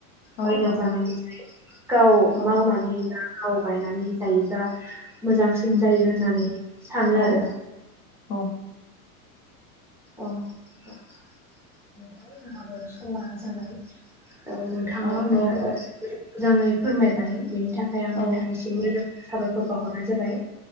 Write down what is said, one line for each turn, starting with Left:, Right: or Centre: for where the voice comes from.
Left: औ
Centre: बायना
Left: औ
Centre: जानायनिफ्राय गाव
Left: औ
Centre: मावनानै ला गाव गायनानै जायोब्ला मोजांसिन
Left: उम
Centre: जायो होननानै सानो
Left: औ
Centre: आरो।
Left: औ
Centre: अ नोंथां। नोथां जोंहाबो समा जाबाय ओ नोंथाङा
Left: औ
Centre: आंनो
Left: औ
Centre: <unintelligible> मोजाङै फोरमायबाय। बेनि थाखाय आं
Left: औ
Centre: नोंथांनिसिम रोजा रोज साबायखर बावहरनाय जाबाय।